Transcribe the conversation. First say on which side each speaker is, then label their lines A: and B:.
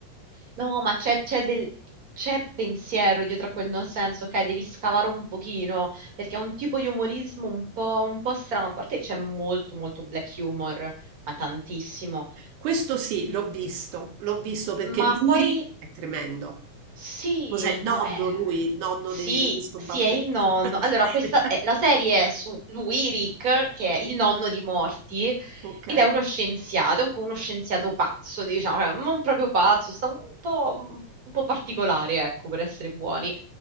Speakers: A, on the right; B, on the right.
A: no, ma c'è c'è del... c'è pensiero dietro a quel non senso, ok? Devi scavare un pochino, perché è un tipo di umorismo un po', un po' strano. A parte c'è molto, molto black humor, ma tantissimo.
B: Questo sì, l'ho visto, l'ho visto perché
A: Ma
B: lui
A: poi
B: è tremendo.
A: Sì,
B: Cos'è il nonno
A: ma eh,
B: lui, il nonno
A: sì,
B: de- di questo
A: sì,
B: bambino?
A: è il nonno.
B: <laughs>
A: Allora, questa è- la serie è su lui, Rick, che è il nonno di Morty,
B: Ok.
A: ed è uno scienziato, un po' uno scienziato pazzo, diciamo, cioè, non proprio pazzo, sta un po', un po' particolare, ecco, per essere buoni.